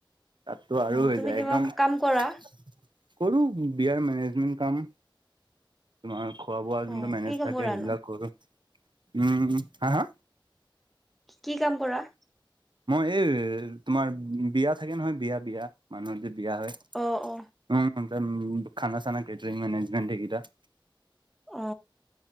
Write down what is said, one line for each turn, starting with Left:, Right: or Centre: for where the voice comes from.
Right: তাতো আৰু
Centre: অ
Right: এ
Centre: তুমি
Right: যায়
Centre: কিবা
Right: একদম। কৰো
Centre: কাম কৰা
Right: বিয়াৰ মেনেজমেণ্ট কাম। তোমাৰ খোৱা বোৱা যোনটো
Centre: অ
Right: মেনেজ
Centre: কি কাম
Right: থাকে
Centre: কৰানো
Right: সেইবিলাক কৰো। উম হা, হা।
Centre: কি কাম কৰা?
Right: মই এই তোমাৰ বিয়া থাকে নহয় বিয়া বিয়া মানুহৰ যে বিয়া হয়
Centre: অ অ
Right: উ খানা চানা কেটাৰিং মেনেজমেন্ট সেইকেইটা।
Centre: অ